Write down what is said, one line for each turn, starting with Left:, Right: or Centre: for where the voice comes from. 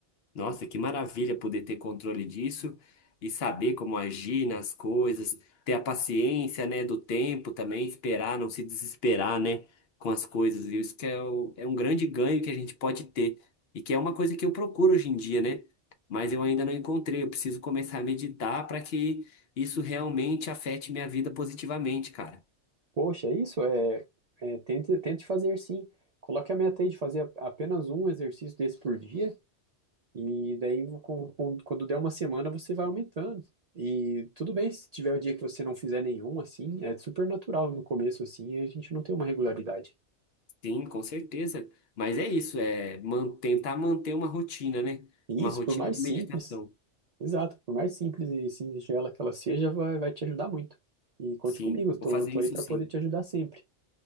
Left: Nossa, que maravilha poder ter controle disso e saber como agir nas coisas, ter a paciência, né, do tempo também, esperar, não se desesperar, né, com as coisas. E Isso que é, o- é um grande ganho que a gente pode ter e que é uma coisa que eu procuro hoje em dia, né? Mas eu ainda não encontrei. Eu preciso começar a meditar para que isso realmente afete minha vida positivamente, cara.
Right: Poxa, é isso é, é, tente, tente fazer sim. Coloque a meta aí de fazer a- apenas um exercício desse por dia, e daí com- com- quando der uma semana você vai aumentando. E tudo bem se tiver o dia que você não fizer nenhum, assim, é super natural no começo, assim, a gente não tem uma regularidade.
Left: Sim, com certeza. Mas é isso, é man- tentar manter uma rotina, né?
Right: E
Left: Uma
Right: isso,
Left: rotina
Right: por mais
Left: de
Right: simples,
Left: meditação.
Right: exato, por mais simples e singela que ela seja, vai, vai te ajudar muito. E conte
Left: Sim,
Right: comigo,
Left: vou
Right: tô,
Left: fazer
Right: tô
Left: isso
Right: aí para
Left: sim.
Right: poder te ajudar sempre.